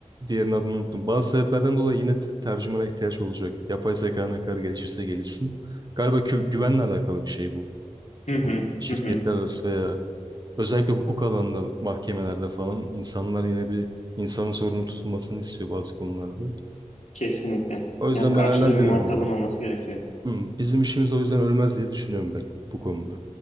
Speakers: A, on the right (about 35°); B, on the left (about 70°).
A: diğerinin adını unuttum. Bazı sebeplerden dolayı yine te- tercümana ihtiyaç olacak. Yapay zeka ne kadar gelişirse gelişsin. Galiba kü- güvenle alakalı bir şey bu.
B: Hı hı,
A: Şirketler
B: hı hı,
A: arası veya özellikle hukuk alanında mahkemelerde falan insanlar yine bir insanın sorumlu tutulmasını istiyor bazı konularda.
B: kesinlikle.
A: O yüzden
B: Ya karşıda
A: ben hala
B: bir
A: diyorum
B: muhatabın
A: yani.
B: olması gerekiyor.
A: "Hmm, bizim işimiz o yüzden ölmez diye düşünüyorum ben bu konuda.